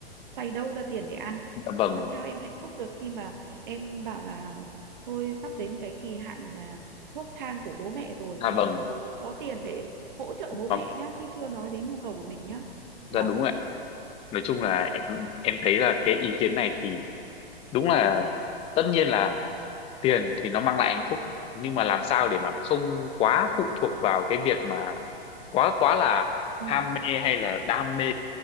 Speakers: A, on the right; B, on the left.
A: xoay đâu ra tiền để ăn
B: dạ vâng
A: làm sao em hạnh phúc được khi mà em bảo là thôi sắp đến cái kỳ hạn là thuốc thang của bố mẹ rồi
B: dạ
A: nhưng
B: vâng
A: mình không có tiền để hỗ trợ
B: Dạ
A: bố mẹ nhá chứ chưa nói đến nhu cầu của mình nhá
B: dạ
A: nhở
B: đúng rồi ạ nói chung
A: đấy
B: là em em thấy là cái ý kiến này thì đúng là tất nhiên là tiền thì nó mang lại hạnh phúc nhưng mà làm sao để mà không quá phụ thuộc vào cái việc mà quá quá là
A: ừ
B: ham mê hay là đam mê